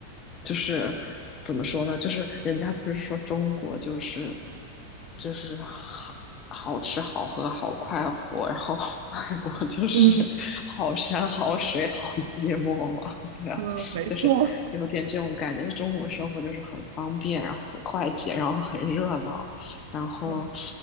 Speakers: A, on the left (about 30°); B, on the right (about 55°).
A: 就是怎么说呢？就是人家不是说中国就是就是好好吃好喝好快活，然后 <laughs> 外国就是
B: 嗯，
A: 好山好水好寂寞嘛，对啊，
B: 嗯，没错。
A: 就是有点这种感觉。中国生活就是很方便，然后很快捷，然后很热闹。然后
B: 嗯